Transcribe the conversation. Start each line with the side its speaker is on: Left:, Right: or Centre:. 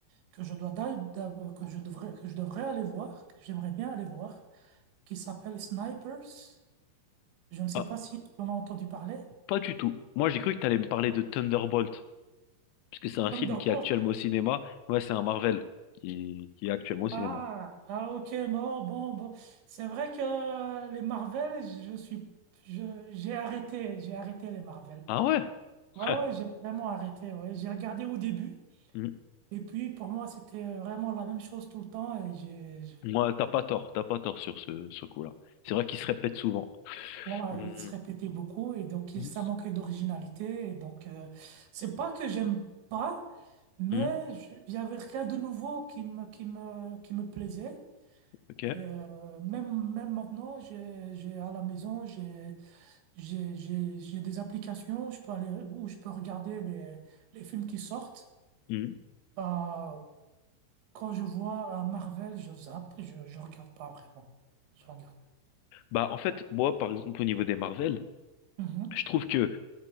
Right: que je dois, d'a- d'a- que je devrais, que je devrais aller voir, que j'aimerais bien aller voir, qui s'appelle Snipers. Je ne sais
Left: Ah,
Right: pas si tu en as entendu parler.
Left: pas du tout. Moi, j'ai cru que tu allais me parler de Thunderbolt. Parce que c'est un
Right: Thunderbolt.
Left: film qui est actuellement au cinéma. Ouais, c'est un Marvel qui, qui est actuellement au cinéma.
Right: Ah, ah, ok, bon, bon, bon. C'est vrai que les Marvel, je suis, je, j'ai arrêté, j'ai arrêté les Marvel.
Left: Ah ouais? <laughs>
Right: Ouais, ouais, j'ai vraiment arrêté. Ouais. J'ai regardé au début,
Left: Hmm.
Right: et puis pour moi, c'était vraiment la même chose tout le temps, et j'ai,
Left: Moi, t'as pas tort, t'as pas tort sur ce, ce coup-là. C'est vrai qu'il se répète souvent.
Right: Voilà,
Left: Hmm.
Right: il se répétait beaucoup et donc il-
Left: Hmm.
Right: ça manquait d'originalité. Et donc, euh, c'est pas que j'aime pas, mais
Left: Hmm.
Right: je- il y avait rien de nouveau qui me, qui me, qui me plaisait.
Left: Ok.
Right: Et euh, même, même maintenant, j'ai, j'ai à la maison, j'ai, j'ai, j'ai, j'ai des applications où je peux aller, où je peux regarder les, les films qui sortent.
Left: Hmm.
Right: Euh, quand je vois un Marvel, je zappe, je, je regarde pas vraiment. Je regarde.
Left: Bah, en fait, moi, par exemple, au niveau des Marvel,
Right: Mhm.
Left: je trouve que